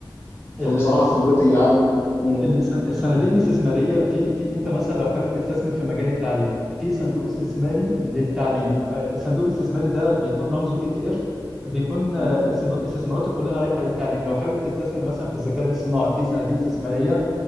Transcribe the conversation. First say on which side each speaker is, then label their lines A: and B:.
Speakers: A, on the left (about 30°); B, in the centre.
A: عشان
B: ال-
A: بصراحة
B: الس-
A: خبرتي عن مم.
B: الس- الصناديق الاستثمارية في في انت مثلا لو حابب تستثمر في مجال التعليم في صندوق استثماري
A: مم.
B: للتعليم آه، الصندوق الاستثماري ده بيكون رمزه اي تي اف بيكون آه،
A: مم.
B: استثماراته كلها رايحة للتعليم لو حابب تستثمر مثلا في الذكاء الاصطناعي في صناديق استثمارية